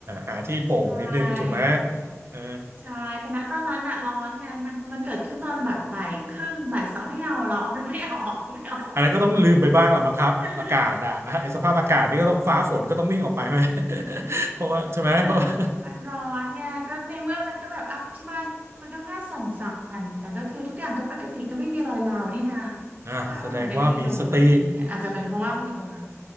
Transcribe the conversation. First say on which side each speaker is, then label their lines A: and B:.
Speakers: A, on the right; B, on the right.
A: หาที่โปร่งนิดนึงถูกไหม
B: ใช่
A: เออ
B: ใช่แต่ณตอนนั้นอะร้อนไงมันมันเกิดขึ้นตอนแบบบ่ายครึ่งบ่ายสองไม่เอาหรอก <laughs> มันไม่ออกไม่ออก
A: อันนั้นก็ต้องลืมไปบ้างแหละมั้งครับอากาศอ่ะไอ้สภาพอากาศนี่ก็ต้องฟ้าฝนก็ต้องวิ่งออกไปไหม
B: <laughs>
A: <laughs> เพราะว่าใช่ไหมเพราะว่า
B: เออมันร้อนไงก็ในเมื่อมันก็แบบอ้าวที่บ้านมันก็ผ้าสั่นๆแต่ก็คือทุกอย่างก็ปกติก็ไม่มีรอยร้าวนี่นา
A: อ่าแสดงว่ามีสติ
B: เพราะบ้านอ้วนน่ะไม่ไม่โดนอะไรเงี้ยอาจจะเป็นเพราะว่ามันอยู่ห่าง